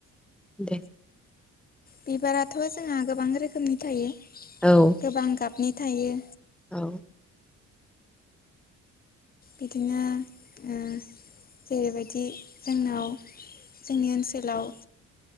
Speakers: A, in the centre; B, on the left (about 30°).
A: दे।
B: बिबाराथ जोंहा गोबां रोखोमनि थायो
A: औ
B: गोबां गाबनि थायो
A: औ।
B: बिदिनो ओ जेरैबायदि जोंनाव जोंनि ओनसोलाव